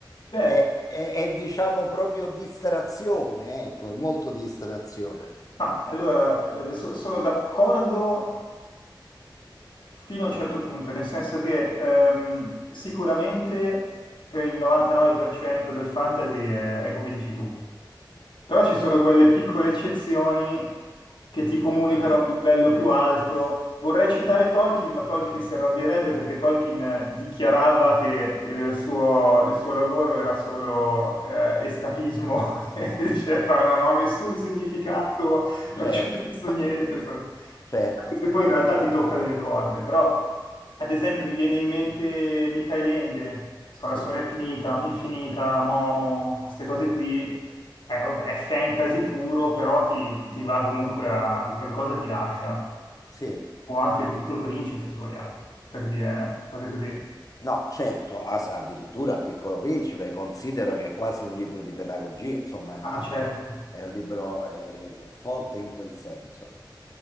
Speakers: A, on the left; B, on the left.
A: Beh,
B: è- è- è, diciamo proprio distrazione, ecco, è molto distrazione.
A: ma
B: <laughs>
A: allora eh, so- sono d'accordo fino a un certo punto, nel senso che ehm, sicuramente per il 99% del fantasy è, è come dici tu. Però ci sono quelle piccole eccezioni che ti comunicano
B: Sicuramente,
A: a un livello più alto. Vorrei citare Tolkien, ma Tolkien si arrabbierebbe perché Tolkien eh, dichiarava che il suo, il suo lavoro era solo eh, escapismo. <laughs> E diceva: No, non ho nessun significato, non
B: certo,
A: c'è questo
B: <coughs>
A: niente. so-
B: certo,
A: Anche se poi in realtà ti tocca delle corde. Però, ad esempio, mi viene in mente Michael Ende, so,
B: sì,
A: La storia finita, infinita,
B: sì,
A: Momo, queste
B: sì,
A: cose qui è, è fantasy puro, però ti, ti va comunque a qualcosa ti lascia.
B: sì.
A: O anche il Piccolo Principe, se vogliamo, per dire eh, cose così.
B: No, certo, as- addirittura il Piccolo Principe considero che è quasi un libro di pedagogia, insomma, è
A: Ah,
B: un libro,
A: certo.
B: è un libro eh, forte in quel senso.